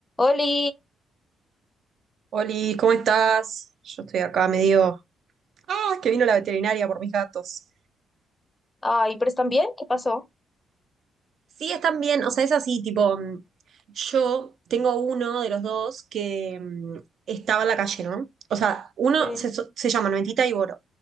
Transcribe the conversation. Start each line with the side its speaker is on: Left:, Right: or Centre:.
Left: Oli,
Right: Oli, ¿cómo estás? Yo estoy acá medio... Ah, que vino la veterinaria por mis gatos.
Left: ay, pero están bien, ¿qué pasó?
Right: Sí, están bien, o sea, es así, tipo, mm, yo tengo uno de los dos que mm, estaba en la calle, ¿no? O sea, uno
Left: Okay,
Right: se, so- se llaman Mentita y Boro.